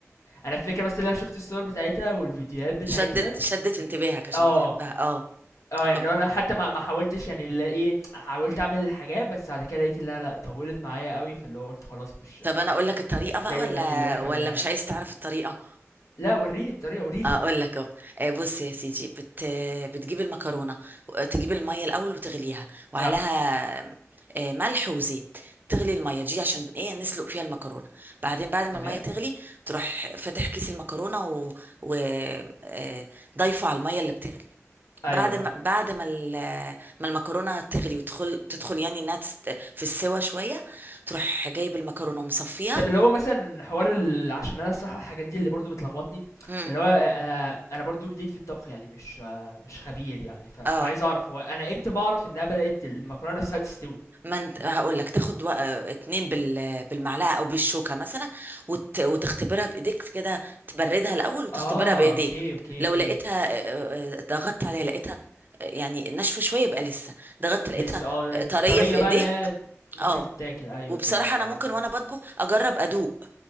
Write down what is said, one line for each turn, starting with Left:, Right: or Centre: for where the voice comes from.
Left: انا الفكره بس اللي انا شفت الصور بتاعتها والفيديوهات بتاعتها
Right: شدت شدت انتباهك عشان
Left: اه
Right: بتحبها اه
Left: اه يعني
Right: طب
Left: لو انا حتى ما ما حاولتش يعني اللي ايه حاولت اعمل الحاجات بس بعد كده لقيت انها لا طولت معايا قوي فاللي هو قلت خلاص مش
Right: طب أنا أقول لك الطريقة
Left: مش
Right: بقى
Left: جايه
Right: ولا
Left: مني اللي انا اكملها
Right: ولا مش عايز تعرف الطريقة
Left: لا وريني الطريقه قوليلي
Right: اقول لك اهو آه، بص يا سيدي بت... بتجيب المكرونه و- تجيب الميه الاول وتغليها وعليها
Left: اه
Right: آه، ملح وزيت تغلي الميه دي عشان ايه نسلق فيها المكرونه بعدين بعد ما
Left: تمام
Right: الميه تغلي تروح فاتح كيس المكرونه و... و... آه، ضايفه على الميه اللي بتغلي
Left: ايوه
Right: بعد ما
Left: اهو
Right: بعد ما ال- ما المكرونه تغلي وتدخل تدخل يعني انها تست... في السوا شويه تروح جايب المكرونه ومصفيها
Left: طب اللي هو مثلا حوار ال... عشان انا الصراحه الحاجات دي اللي برضو بتلخبطني
Right: مم.
Left: اللي هو انا انا برضو جديد في الطبخ يعني مش مش خبير يعني ف... فانا
Right: اه
Left: عايز اعرف هو انا امتى بعرف انها بدات المكرونه نفسها تستوي
Right: ما انت هقول لك تاخد وق- اتنين بال... بالمعلقه او بالشوكه مثلا وت... وتختبرها بايديك كده تبردها الاول وتختبرها
Left: اه
Right: بايديك
Left: اوكي اوكي
Right: لو
Left: اوكي
Right: لقيتها اه، اه، ضغطت عليها لقيتها اه، يعني ناشفه شويه يبقى لسه ضغطت لقيتها
Left: لسه اه
Right: اه،
Left: الطريه
Right: طريه في ايديك
Left: بقى لا ممكن
Right: اه
Left: تتاكل ايوه
Right: وبصراحه
Left: كده آه،
Right: انا ممكن
Left: فهمت
Right: وانا بطبخ اجرب ادوق